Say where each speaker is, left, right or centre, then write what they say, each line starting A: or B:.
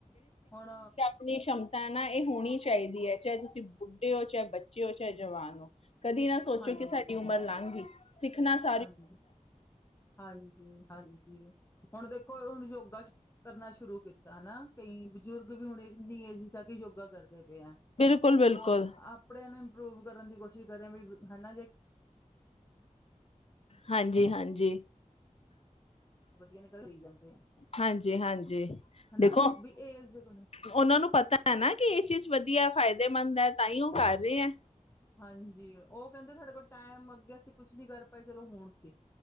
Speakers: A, on the left (about 20°); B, on the left (about 50°).
A: ਹੁਣ
B: ਆਪਨੀ ਸ਼ਮਤਾ ਏ ਨਾ, ਇਹ ਹੋਣੀ ਚਾਈਦੀ ਐ, ਚਾਹੇ ਤੁਸੀਂ ਬੁੱਢੇ ਓ, ਚਾਹੇ ਬੱਚੇ ਹੋ ਚਾਹੇ ਜਵਾਨ ਓ। ਕਦੀ ਨਾ ਸੋਚੋ
A: ਹਾਂਜੀ
B: ਕਿ ਸਾਡੀ ਉਮਰ ਲੰਘਗੀ ਸਿੱਖਣਾ ਸ
A: ਹਾਂਜੀ ਹਾਂਜੀ ਹਾਂਜੀ, ਹੁਣ ਦੇਖੋ ਹੁਣ ਯੋਗਾ ਚ ਕਰਨਾ ਸ਼ੁਰੂ ਕੀਤਾ ਹਨਾ! ਕਈ ਬਜ਼ੁਰਗ ਵੀ ਹੁਣੇ ਇਹ ਏਜ ਚ ਆਕੇ ਯੋਗਾ ਕਰਦੇ ਪਏ ਆ,
B: ਬਿਲਕੁਲ-ਬਿਲਕੁਲ,
A: ਉਹ ਆਪ। ਕੱਪੜਿਆਂ ਨੂੰ ਇੰਪਰੂਵ ਕਰਨ ਦੀ ਕੋਸ਼ਿਸ਼ ਕਰਹਾ ਵੀ ਹਨਾਂ, ਜੇ।
B: ਹਾਂਜੀ ਹਾਂਜੀ।
A: ਵਧੀਆ ਨਿਕਲ ਰਹੀ ਜਾਂਦੇ ਆ
B: ਹਾਂਜੀ ਹਾਂਜੀ, ਦੇਖੋ।
A: ਹਨਾ ਵੀ ਏਜ ਦੇ
B: ਉਹਨਾਂ ਨੂੰ ਪਤਾ ਐ ਨਾ ਕਿ ਇਹ ਚੀਜ਼ ਵਧੀਆ ਫਾਇਦੇਮੰਦ ਐ ਤਾਂ ਹੀ ਉਹ ਕਰ ਰੇ ਐ।
A: ਹਾਂਜੀ ਉਹ ਕਹਿੰਦੇ ਤੁਹਾਡੇ ਕੋਲ ਟਾਈਮ ਅੱਗੇ ਸੀਂ ਕੁੱਛ ਨ੍ਹੀਂ ਕਰ ਪਾਏ, ਚਲੋ ਹੁਣ ਸੀ।